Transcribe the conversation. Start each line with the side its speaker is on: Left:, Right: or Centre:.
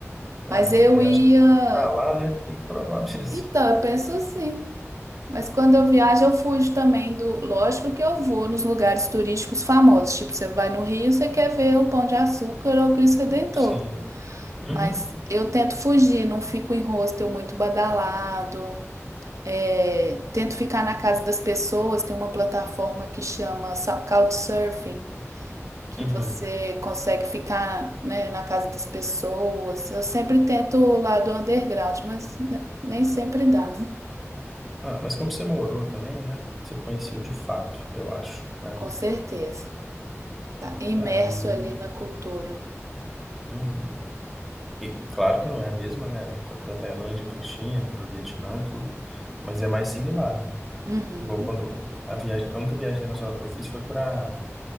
Right: Mas
Centre: ah, não,
Right: eu
Centre: daí
Right: ia.
Centre: eu acho que tá lá, né? Tem que provar <laughs> mesmo.
Right: Então, eu penso assim. Mas quando eu viajo, eu fujo também do. Lógico que eu vou nos lugares turísticos famosos. Tipo, você vai no Rio, você quer ver o Pão de Açúcar ou o Cristo Redentor.
Centre: Sim. Uhum,
Right: Mas eu tento fugir, não fico em hostel muito badalado. É, Tento ficar na casa das pessoas. Tem uma plataforma que chama Sa- Couchsurfing. que
Centre: uhum.
Right: você consegue ficar, né, na casa das pessoas. Eu sempre tento o lado underground, mas ne- nem sempre dá, né?
Centre: Ah, mas como você morou também, né? Você conheceu de fato, eu acho, né?
Right: Com certeza. Tá imerso
Centre: É, é aí,
Right: ali na cultura.
Centre: uhum. E claro que não é a mesma, né? Ta- Da Tailândia para a China, para o Vietnã, tudo, mas é mais similar, né?
Right: Uhum.
Centre: Igual quando a viagem, a única viagem internacional que eu fiz foi para